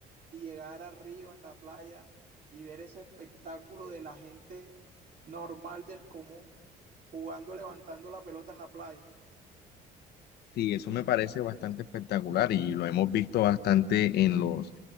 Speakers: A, on the right; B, on the left.
A: y llegar a Río en la playa y ver ese espectáculo de la gente normal del común jugando, levantando la pelota en la playa.
B: Sí, eso me parece bastante espectacular y lo hemos visto bastante en los,